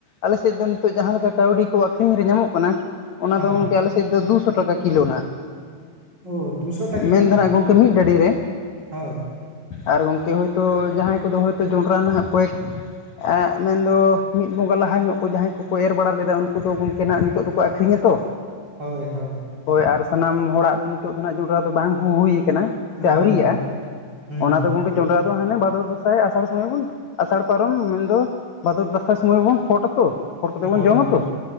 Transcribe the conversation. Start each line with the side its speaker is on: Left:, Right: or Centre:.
Left: ᱟᱞᱮ ᱥᱮᱫ ᱫᱚ ᱱᱤᱛᱚᱜ ᱡᱟᱦᱟᱸ ᱞᱮᱠᱟ ᱠᱟᱹᱣᱰᱤ ᱠᱚ ᱟᱹᱠᱷᱨᱤᱧ ᱨᱮ ᱧᱟᱢᱚᱜ ᱠᱟᱱᱟ ᱚᱱᱟ
Right: ᱦᱚᱸ
Left: ᱫᱚ ᱜᱚᱝᱠᱮ ᱟᱞᱮ ᱥᱮᱫ ᱫᱚ ᱫᱩᱥᱚ ᱴᱟᱠᱟ ᱠᱤᱞᱳ ᱱᱟᱦᱟᱜ᱾
Right: ᱳ ᱫᱩᱥᱚ ᱴᱟᱠᱟ
Left: ᱢᱮᱱ
Right: ᱠᱤᱞᱳ
Left: ᱫᱚᱱᱟᱜ ᱜᱚᱝᱠᱮ ᱢᱤᱫ ᱰᱟᱹᱰᱤ ᱨᱮ᱾
Right: ᱦᱳᱭ᱾
Left: ᱟᱨ ᱜᱚᱝᱠᱮ ᱦᱚᱭᱛᱳ ᱡᱟᱦᱟᱸᱭ ᱠᱚᱫᱚ ᱦᱚᱭᱛᱳ ᱡᱚᱸᱰᱨᱟ ᱱᱟᱜ ᱠᱚᱭᱮᱠ ᱮᱸᱜ ᱢᱮᱱᱫᱚ ᱢᱤᱫ ᱵᱚᱸᱜᱟ ᱞᱟᱦᱟ ᱧᱚᱜ ᱠᱚ ᱡᱟᱦᱟᱸᱭ ᱠᱚᱠᱚ ᱮᱨ ᱵᱟᱲᱟ ᱞᱮᱫᱟ ᱩᱱ ᱫᱚ ᱜᱚᱝᱠᱮ ᱱᱟᱜ ᱱᱤᱛᱚᱜ ᱫᱚᱠᱚ ᱟᱠᱷᱨᱤᱧᱟ ᱛᱚ᱾
Right: ᱦᱳᱭ ᱦᱳᱭ
Left: ᱦᱳᱭ ᱟᱨ ᱥᱟᱱᱟᱢ ᱦᱚᱲᱟᱜ ᱫᱚ ᱱᱤᱛᱚᱜ ᱫᱚ ᱱᱟᱦᱟᱜ ᱡᱚᱱᱰᱨᱟ ᱫᱚ ᱵᱟᱝ ᱦᱚᱸ ᱦᱩᱭ ᱠᱟᱱᱟ ᱥᱮ ᱟᱹᱣᱨᱤᱭᱟᱜᱼᱟ,
Right: ᱦᱳᱭ ᱦᱳᱭ ᱦᱩᱸ
Left: ᱚᱱᱟ
Right: ᱦᱩᱸ
Left: ᱫᱚ ᱜᱚᱝᱠᱮ ᱡᱚᱱᱰᱨᱟ ᱫᱚ ᱦᱟᱱᱮ ᱵᱷᱟᱫᱚᱨ ᱫᱟᱸᱥᱟᱭ ᱟᱥᱟᱲ ᱥᱚᱢᱚᱭ ᱵᱚᱱ ᱟᱥᱟᱲ ᱯᱟᱨᱚᱢ ᱢᱮᱱᱫᱚ ᱵᱷᱟᱫᱚᱨ ᱫᱟᱥᱟᱭ ᱥᱚᱢᱚᱭ ᱵᱚᱱ ᱯᱷᱚᱴ ᱟᱛᱚ ᱯᱷᱚᱴ ᱠᱟᱛᱮᱫ ᱵᱚᱱ
Right: ᱦᱳᱭ
Left: ᱡᱚᱢᱟᱛᱚ,
Right: ᱦᱳᱭ